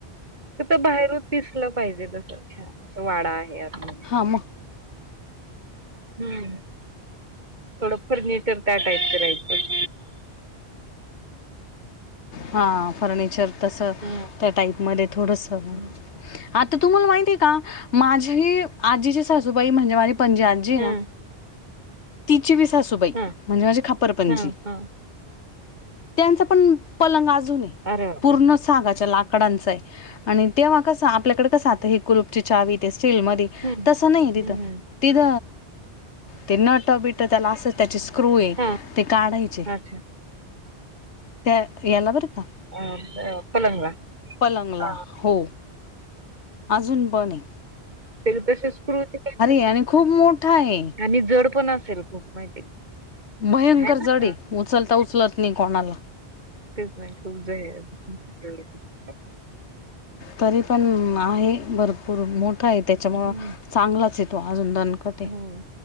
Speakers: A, on the right; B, on the left.
A: तिथ बाहेरच दिसलं पाहिजे तस छान वाडा आहे आत मदी.
B: हा म.
A: हम्म. थोडं फर्निचर त्या टाईप करायचं.
B: हा फर्निचर तसं
A: हम्म.
B: त्या टाईपमध्ये थोडंस करणार.
A: हम्म.
B: आता तुम्हाला माहितीये का माझी आजीची सासूबाई म्हणजे माझी आजी ए
A: हम्म.
B: ना. तिची बी सासूबाई
A: हम्म.
B: म्हणजे माझे खापरपणजी,
A: हं, हं.
B: त्यांचा पण पलंग अजून ए.
A: अरे बापरे!
B: पूर्ण सागाच्या लाकडांच आय, आणि तेव्हा कस आपल्याकडे कस आत हे कुलुपची चावी तेे स्टीलमध्ये
A: हम्म.
B: तस नाय तिथ,
A: हम्म.
B: तिथ ते नट बी ट - त्याला असंच त्याचे स्क्रू ए
A: हां.
B: ते काढायचे.
A: अच्छा.
B: त्या याला बर का,
A: अ, अ, पलंगला.
B: पलंगला
A: हां.
B: हो. अजूनपण ए.
A: त्याला तशे स्क्रू <unintelligible>
B: आहे आणि खूप मोठा आहे
A: आणि जड पण असेल खूप माहिती
B: भयंकर
A: ह्य ना
B: जड आहे
A: <inaudible>
B: उचलता उचलत नाही कोणाला
A: तेचं नाहीं खूंप जां आहे
B: तरी पणं आहे भरंपूर मोठां आहे त्यांच्यामुळे
A: हं.
B: चांगलाच येतो अजूंन दणंकटं
A: हो.